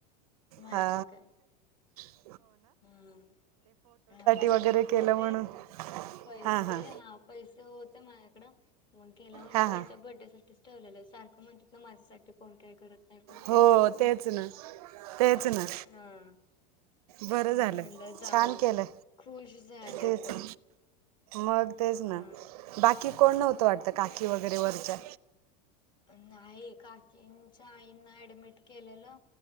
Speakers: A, on the left (about 20°); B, on the right (about 65°).
A: माहिती
B: हा
A: आहे काय
B: हा.
A: हा ह माझ्याकडे
B: वगैरे केलं
A: होते
B: म्हणून
A: पैसे
B: हां हां
A: हा पैसे होते माझ्याकडं. मग गेला म्हटलं
B: हां हां
A: त्यांच्या बर्थडे सासाठीच ठेवलेलं सारखं म्हणतात ना माझ साठी कोण काय करत नाही कोण
B: हो
A: काय करत
B: तेच
A: नाही.
B: ना तेच ना
A: हा.
B: बरं
A: मग
B: झालं
A: म्हटलं जाऊनदे
B: छान केलं
A: खुश झाले
B: तेच
A: पण.
B: मग तेच ना
A: हा
B: बाकी कोण नव्हतं वाटत काकी वगैरे वरच्या?
A: नाही काकींच्या आईंना ऍडमिट केलेलं